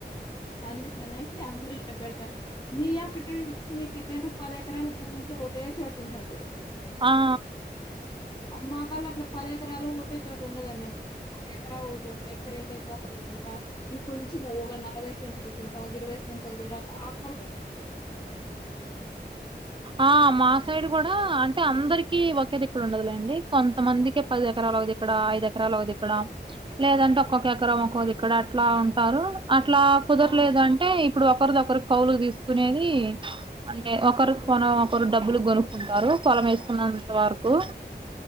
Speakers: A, on the left; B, on the right.
A: అందుకనేసి అందరు ఇట్లా పెడతారు మీ యొక్క టై అదే మీకు ఎట్లాంటే పది ఎకరాలు భూమి అన్నేసి ఓటే చోట్ ఉంటాది
B: ఆ
A: మా కల్ల అట్లా పది ఎకరాలు ఒకటే చోట ఉండదండి ఒక ఎకరా ఒక చోట రెండు ఎకరా చోట ఇంకొంచం ఒక నలభై సెంట్ల చోట ఒక ఇరవై సెంట్ లో చోట అక్కడ <unintelligible>
B: ఆ మా సైడ్ కూడ అంటే అందరికి ఒకే <unintelligible> ఇక్కడ ఉండదులేండి కొంతమందికి పది ఎకర ఇక్కడ ఐదు ఎకరాలు ఒక దిక్కడ లేదంటే ఒక్కొక్క ఎక్కరం ఒక్కొది ఇక్కడ అట్లా ఉంటారు అట్లా కుదరలేదు
A: ఆ!
B: అంటే ఇప్పుడు ఒకరిదొకరి కౌలుకు తీసుకునేది అంటే ఒకరు
A: ఆ!
B: పొలం ఒకరు డబ్బులు కొనుక్కుంటారు పొలం వేస్తుకున్నంత వరకు